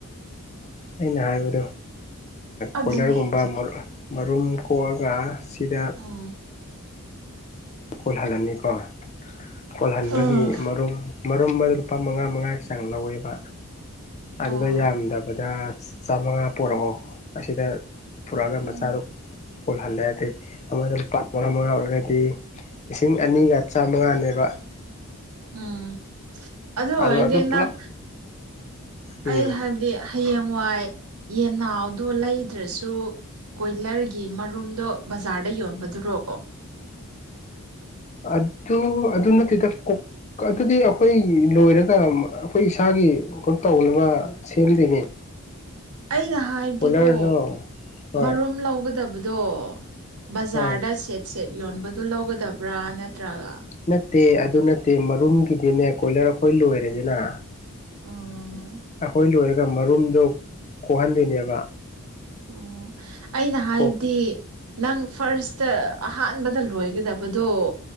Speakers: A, on the left; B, on the right.
A: ꯑꯩꯅ ꯍꯥꯏꯕꯗ
B: ꯑꯗꯨꯅꯤ
A: ꯀꯣꯏꯂꯔꯒꯨꯝꯕ
B: ꯑꯗꯨꯅꯤ
A: ꯃꯔꯨꯝ ꯀꯣꯛꯑꯒ ꯁꯤꯗ
B: ꯎꯝ
A: ꯀꯣꯜꯍꯜꯂꯅꯤꯀꯣ ꯀꯣꯜꯍꯟꯕꯒꯤ
B: ꯎꯝ
A: ꯃꯔꯨꯝ ꯃꯔꯨꯝ ꯑꯃ ꯂꯨꯄꯥ ꯃꯉꯥ ꯃꯉꯥꯒꯤ ꯆꯥꯡ ꯂꯧꯋꯦꯕ ꯑꯗꯨꯗ
B: ꯑꯣ
A: ꯌꯥꯝꯗꯕꯗ ꯆꯥꯃꯉꯥ ꯄꯨꯔꯛꯑꯣ ꯑꯁꯤꯗ ꯄꯨꯔꯛꯑꯒ
B: ꯎꯝ
A: ꯃꯆꯥꯗ ꯀꯣꯜꯍꯜꯂꯦꯗꯩ ꯑꯃꯗ ꯂꯨꯄꯥ ꯃꯉꯥ ꯃꯉꯥ ꯑꯣꯏꯔꯒꯗꯤ ꯂꯤꯁꯤꯡ ꯑꯅꯤꯒ ꯆꯥꯝꯃꯉꯥꯅꯦꯕ
B: ꯎꯝ ꯑꯗꯨ ꯑꯣꯏꯔꯗꯤ
A: ꯑꯗꯣ ꯄꯨꯂꯞ
B: ꯅꯪ
A: ꯎꯝ
B: ꯑꯩ ꯍꯥꯏꯕꯗꯤ ꯍꯌꯦꯡꯋꯥꯏ ꯌꯦꯟꯅꯥꯎꯗꯣ ꯂꯩꯗ꯭ꯔꯁꯨ ꯀꯣꯏꯂꯔꯒꯤ ꯃꯔꯨꯝꯗꯣ ꯕꯖꯥꯔꯗ ꯌꯣꯟꯕꯗꯨꯔꯣ
A: ꯑꯗꯨ ꯑꯗꯨ ꯅꯠꯇꯦꯗ ꯀꯣꯛ ꯑꯗꯨꯗꯤ ꯑꯩꯈꯣꯏ ꯂꯣꯏꯔꯒ ꯑꯩꯈꯣꯏ ꯏꯁꯥꯒꯤ ꯇꯧ ꯑꯃ ꯁꯦꯝꯗꯣꯏꯅꯦ
B: ꯑꯩꯅ ꯍꯥꯏꯕꯗꯤꯀꯣ
A: ꯀꯣꯏꯂꯔꯗꯣ ꯍꯣꯏ
B: ꯃꯔꯨꯝ ꯂꯧꯒꯗꯕꯗꯣ ꯕꯖꯥꯔꯗ
A: ꯍꯣꯏ
B: ꯁꯦꯠ ꯁꯦꯠ ꯌꯣꯟꯕꯗꯨ ꯂꯧꯒꯗꯕ꯭ꯔꯥ ꯅꯠꯇ꯭ꯔꯒ
A: ꯅꯠꯇꯦ ꯑꯗꯨ ꯅꯠꯇꯦ ꯃꯔꯨꯝꯒꯤꯗꯤꯅꯦ ꯀꯣꯏꯂꯔ ꯑꯩꯈꯣꯏ ꯂꯣꯏꯔꯦꯗꯅ
B: ꯎꯥ
A: ꯑꯩꯈꯣꯏ ꯂꯣꯏꯔꯒ ꯃꯔꯨꯝꯗꯣ ꯀꯣꯛꯍꯟꯗꯣꯏꯅꯦꯕ
B: ꯑꯣ ꯑꯩꯅ ꯍꯥꯏꯕꯗꯤ
A: ꯀꯣꯛ
B: ꯅꯪ ꯐꯥꯔꯁꯇ ꯑꯍꯥꯟꯕꯗ ꯂꯣꯏꯒꯗꯕꯗꯣ